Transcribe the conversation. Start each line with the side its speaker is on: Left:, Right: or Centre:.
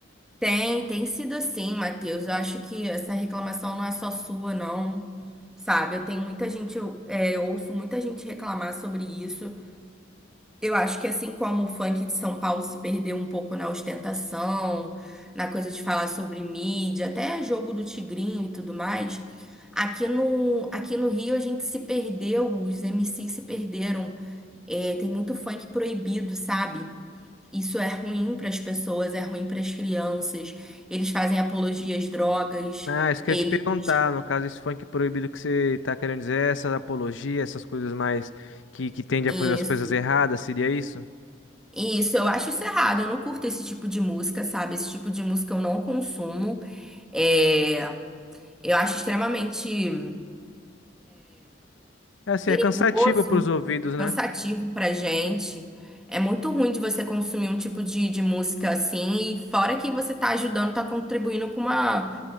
Centre: Tem, tem sido assim, Matheus. Eu acho que essa reclamação não é só sua, não. Sabe, eu tenho muita gente, eu, é, eu ouço muita gente reclamar sobre isso. Eu acho que assim como o funk de São Paulo se perdeu um pouco na ostentação, na coisa de falar sobre mídia, até jogo do Tigrinho e tudo mais, aqui no, aqui no Rio a gente se perdeu, os MCs se perderam. É, tem muito funk proibido, sabe? Isso é ruim para as pessoas, é ruim para as crianças. Eles fazem apologias às drogas,
Left: Ah, isso que
Centre: eles.
Left: eu ia te perguntar, no caso, esse funk proibido que você tá querendo dizer, essa apologia, essas coisas mais que, que tende a
Centre: Isso.
Left: fazer as coisas erradas, seria isso?
Centre: Isso, eu acho isso errado. Eu não curto esse tipo de música, sabe? Esse tipo de música eu não consumo. É, Eu acho extremamente.
Left: É assim,
Centre: perigoso,
Left: é cansativo pros ouvidos, né?
Centre: cansativo pra gente. É muito ruim de você consumir um tipo de, de música assim, e fora que você tá ajudando, tá contribuindo com uma,